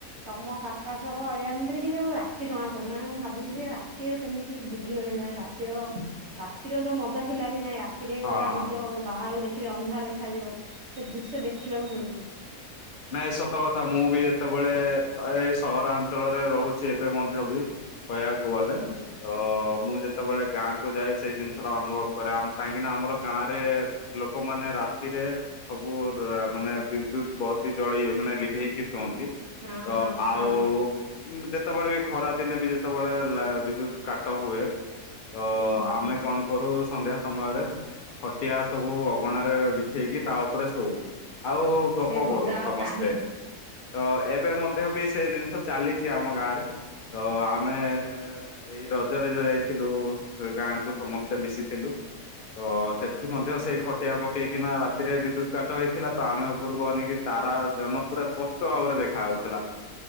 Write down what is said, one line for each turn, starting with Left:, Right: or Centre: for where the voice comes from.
Right: ତମ କାକାସର ଏମିତିରେ କି ଯୋଉ ରାତି ଜଣା ପଡୁନି, ମାନେ ମୁଁ ଭାବୁଚି ଯେ ରାତି ଆଉ କେମି ତି ଭୁଲିଗଲିଣି ମାନେ ରାତିର ରାତିର ଯୋଉ ମଜା ଥିଲା କି ନାଇଁ ରା ତିରେ
Left: ହଁ।
Right: ପୁରା ନିଦ ହବ, ବାହାରକୁ ଦେଖିଲେ ଅନ୍ଧାର ଦେଖାଯିବ, ସେ ଦୃଶ୍ୟ ଦେଖିବାକୁ ମିଳୁନି।
Left: ନାଇଁ ଏ ସତ କଥା ମୁଁ ବି ଯେତେବେଳେ ଏ ସହରାଞ୍ଚଳରେ ରହୁଚି ଏବେ ମଧ୍ୟ ବି କହିଆକୁ ଗଲେ।
Right: ହୁଁ
Left: ତ ମୁଁ ଯେତେବେଳେ ଗାଁକୁ ଯାଏ ସେଇ ଜିନଷଟା ଅନୁଭବ କରେ, ଆମ କାହିଁକି ନା ଆମର ଗାଁରେ ଲୋକମାନେ ରାତିରେ ସବୁ ରା ମାନେ ବିଦ୍ୟୁତ ବତ ଜଳେଇ ମାନେ ଲିଭେଇକି ଶୁଅନ୍ତି,
Right: ହଁ
Left: ତ
Right: ହଁ
Left: ଆଉ
Right: ହଁ
Left: ଯେତେବେଳେ ବି ଖରା ଦିନେ ବି ଯେତେବେଳେ ଲା ବିଦ୍ୟୁତ କାଟ ହୁଏ ତ
Right: ହୁଁ ହୁଁ।
Left: ଆମେ କଣ କରୁ ସନ୍ଧ୍ୟା ସମୟରେ ଖଟିଆ ସବୁ ଅଗଣାରେ ବିଛେଇକି ତା ଉପରେ ଶୋଉ। ଆଉ
Right: ସେ
Left: ଗପ
Right: ମଜା
Left: କରୁ
Right: ଆଉ
Left: ସମସ୍ତେ,
Right: କାହିଁ
Left: ତ ଏବେ ମଧ୍ୟ ବି ସେ ଜିନଷ ଚାଲିଚି ଆମ ଗାଁରେ, ତ ଆମେ ଏଇ ରଜରେ ଯାଇଥିଲୁ ସେ ଗାଁକୁ ସମସ୍ତେ ମିଶିଥିଲୁ। ତ ସେଠି ମଧ୍ୟ ସେଇ ଖଟିଆ ପକେଇକିନା ରାତିରେ ବିଦ୍ୟୁତ କାଟ ହେଇଥିଲା ତ ଆମେ ଉପରକୁ ଅ ନେଇ କି ତାରା ଜହ୍ନ ପୁରା ସ୍ପଷ୍ଟ ଭାବରେ ଦେଖା ଉଥିଲା।